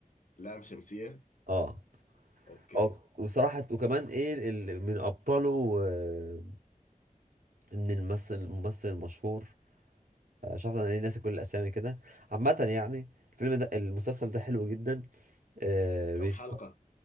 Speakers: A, on the left; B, on the right.
A: لام شمسية
B: اه
A: اوكي
B: اه وصراحه وكمان ايه ال- من ابطاله آه، من الممثل الممثل المشهور آه، مش عارف انا ليه ناسي كل الاسامي كده عامه يعني الفيلم ده المسلسل ده حلو جدا آه،
A: كم
B: بي-
A: حلقة